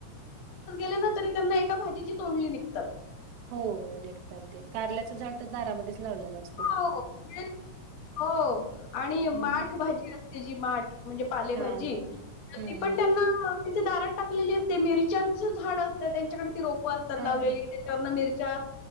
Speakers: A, on the left; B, on the right.
A: त्यांजी.... तोंडली निघतात...
B: हो हो निघतात ते कारल्याचं झाडच दारामध्येच लावलेलं असत...
A: हो म्हणे हो आणि माठ
B: हम्म.
A: भाजी असते जी माठ... म्हणजे पालेभाजी
B: हां.
A: ती
B: हं,
A: पण त्यांना... तिथे दारात टाकलेली असते मिरच्याच झाड असतं त्यांच्याकडे ती रोप.. असतात
B: हां.
A: लावलेली त्याच्यावर मिरच्या